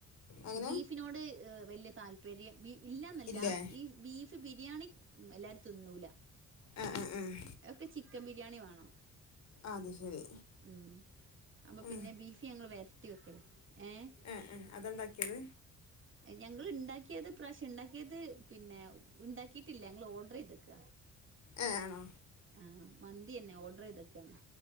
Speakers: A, on the left; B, on the right.
A: അങ്ങനെ
B: ബീഫിനോട് ഹ് വല്ല്യ താല്പര്യ ബി ഇല്ലന്നല്ല
A: ഇല്ലേ
B: ഈ ബീ ച്ച് ബിരിയാണി മം എല്ലാരുത്ത്ന്നൂല
A: ആഹ് ആഹ് ആഹ്
B: ഒക്കെ ചിക്കം ബിരിയാണി വേണം,
A: അത് ശരി
B: ഉം അപ്പൊ
A: ആ
B: പിന്നെ ബീഫ് ഞങ്ങൾ വെര്ട്ടി വെക്കല ഏഹ്
A: ഏഹ് ഏഹ് അതണ്ടാക്കിയത്
B: എ ഞങ്ങള്ണ്ടാക്കിയത് പ്രാശ്യം ണ്ടാക്കിയത് പിന്നെ ണ്ടാക്കിയിട്ടില്ലങ്ങള് ഓഡ്രയ്ത്ക്ക
A: ഏഹ് അണോ?
B: ആഹ് മന്തിന്നെ ഓഡ്രയ്ദ്ക്കാണ്